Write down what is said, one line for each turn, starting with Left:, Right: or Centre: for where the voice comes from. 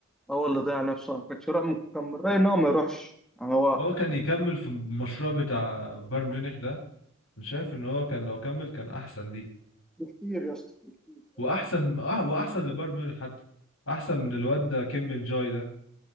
Centre: هو اللي ضيع نفسه أنا كنت رأي كان من رأيي ان هو ما يروحش يعني هو
Left: هو كان يكمل في المشروع بتاع بايرن ميونخ ده أنا شايف ان هو كان لو كمل كان احسن ليه
Centre: بكتير يا اسطى بكتير
Left: واحسن
Centre: أحسن.
Left: اه واحسن لبايرن ميونخ حتى احسن من الواد ده كيم من جاي ده